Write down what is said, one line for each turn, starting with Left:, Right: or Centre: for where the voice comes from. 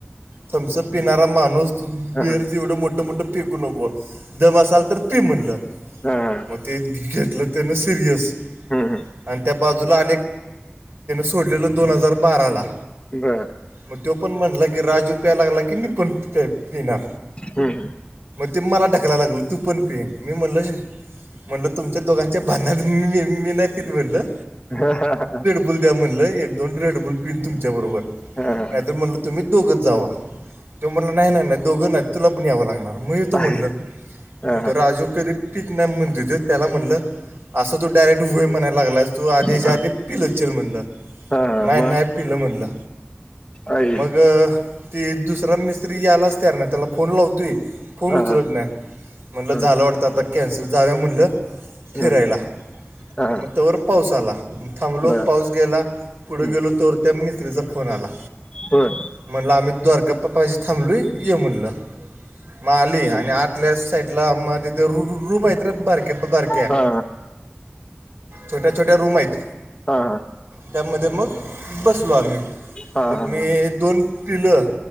Right: थंमस पिणारा माणूस
Left: हा.
Right: बिरच एवढं मोठ मोठ पकू नको दम असल तर पी म्हणलं.
Left: हा,
Right: मग ते घेतलं सिरियस
Left: हम्म,
Right: आणि त्या बाजूलाे. सोड दो हजार बारा
Left: बर
Right: मग तो पण म्ह राज. तो यायला लागला की मी पण येणार.
Left: हम्म.
Right: ते मला ढकायला लागल तू पण पि मी म्हणल. म्हणलं तुमच्या दोघांच्या बांध म मी नाही फ म्हणलं.
Left: हा हा हा.
Right: द म्ह एक दोन रेडबल पिन तुमच्या बरोबर
Left: हा,
Right: नाहीतर म्हणलं तुम्ही दोघच जा. तो म्हटला नाही नाही नाही दोघं नाही तुला पण यावं लागणार म्हणजे तो म्हणलं
Left: बर हा
Right: मग
Left: हा
Right: तो राजू. म्हण त्याला म्हणल अस तो डायरेक्ट वय म्हणायला लागला. ू आधी
Left: हा
Right: जाध
Left: हा
Right: पिल. म्ह
Left: हा
Right: नाही
Left: मग
Right: नाही पिलं म्हटलं
Left: आईच
Right: मग. ते दुसरा मिस्त्री यायलाच तयार नाही त्याला फोन लावतोय. फोन
Left: हा
Right: उचलत
Left: हा
Right: नाही म्हणलं
Left: हम्म
Right: झालं वाटतं आता कॅन्सल जाव म्हणलं. फिरायला
Left: हम्म हा
Right: मग त्यावर पाऊस आला थांबलो.
Left: बर
Right: पाऊस गेला पुढे
Left: हम्म
Right: गेलो तोवर त्या मत्रीचा फोन आला.
Left: होय
Right: म्हणलं आम्ही द्वारका पा्पाची थांबलोय य म्हणलं. मग आली आणि आतल्या साईड ला म तिथुपय बरक्या बरक्या
Left: हा
Right: छोट्या छोट्या रूम आहेत.
Left: हा हा
Right: त्यामध्ये मग बस. बसलो आम्ही
Left: हा
Right: मग
Left: हा
Right: मी दोन पिलो.